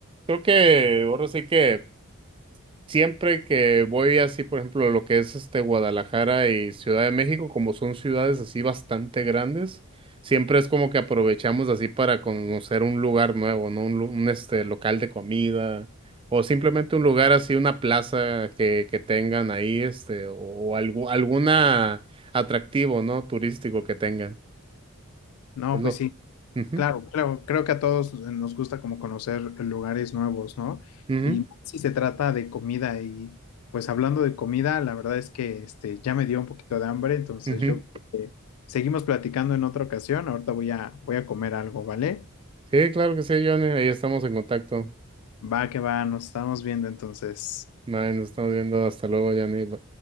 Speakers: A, on the right; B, on the left.
A: creo que ahora sí que Siempre que voy así, por ejemplo, lo que es este Guadalajara y Ciudad de México, como son ciudades así bastante grandes, siempre es como que aprovechamos así para conocer un lugar nuevo, ¿no? Un, lu- un, este local de comida o simplemente un lugar así, una plaza que, que tengan ahí, este, o, algo, alguna atractivo, ¿no? Turístico que tengan.
B: No,
A: Es lo.
B: pues sí.
A: Ujú,
B: Claro, claro, creo que a todos nos gusta como conocer lugares nuevos, ¿no?
A: ujú,
B: Y más si se trata de comida y pues hablando de comida, la verdad es que este ya me dio un poquito de hambre, entonces
A: ujú.
B: yo creo que seguimos platicando en otra ocasión. Ahorita voy a voy a comer algo, ¿vale?
A: Sí, claro que sí, Johnny. Ahí estamos en contacto.
B: Va que va, nos estamos viendo entonces.
A: Bueno, nos estamos viendo. Hasta luego, Johnny.